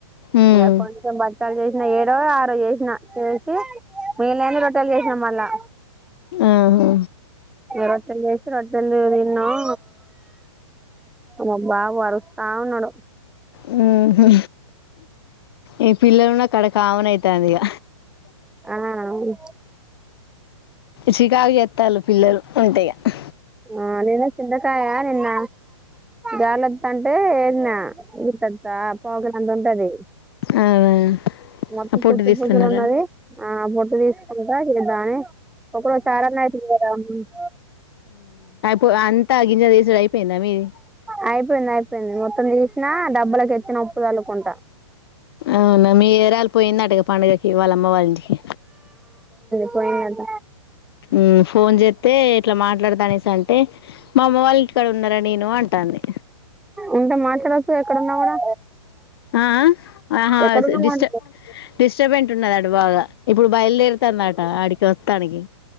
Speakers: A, on the left; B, in the centre.
A: హ్మ్
B: ఇక కొంచెం బచ్చలు చేసిన ఏడో ఆరో చేసిన చేసి మిగిలింది రొట్టలు చేసినా మళ్ళా
A: ఆహా
B: రొట్టెలో చేసి రొట్టెలు తిన్నాం మా బాబు అరుస్తా ఉన్నాడు
A: ఉహు ఈ పిల్లలున్నా కాడ కామన్ అయితంది ఇగ
B: ఆ ఉ
A: చికాగు చెత్తల్లు పిల్లలు ఉంటే ఇగ
B: ఆ నేనే చింతకాయ నిన్న గాలి వత్తంటే ఏరీనా గంత పోగలంత ఉంటది
A: అవునా
B: మొత్తం
A: ఆ పొట్టు
B: పుచ్చులు
A: తీస్తున్నారా
B: పుచ్చులు ఉన్నాది ఆ వేసుకుంటా నేను రాను ఏ ఒక రోజు చారు అన్న <unintelligible>
A: ఊ అంతా గింజ తీసేది అయిపోయిందా మీది
B: అయిపోయింది అయిపోయింది మొత్తం తీసినా డబ్బులక ఎత్తిన ఉప్పు జల్లుకుంట
A: అవునా, మీ ఏరాలు పోయిండటగా పండుగకి వాళ్ళ అమ్మ వాళ్ళ ఇంటికి
B: పోయినాడంట
A: ఉ ఫోన్ చేస్తే ఇట్లా మాట్లాడతా, అనేసి అంటే మాఅమ్మ వాళ్ళ ఇంటి కడా ఉన్నారా నేను అంటాంది
B: ఉంటే మాట్లాడొచ్చు ఎక్కడున్నా కూడా
A: అ ఆ ఆహా
B: ఎక్కడున్నా
A: డిస్టర్బ్
B: మాట్లాడు
A: డిస్టర్బెంట్ ఉన్నద అ బాగా ఇప్పుడు బయలుదేరుతందిట ఆడికి వస్తానికి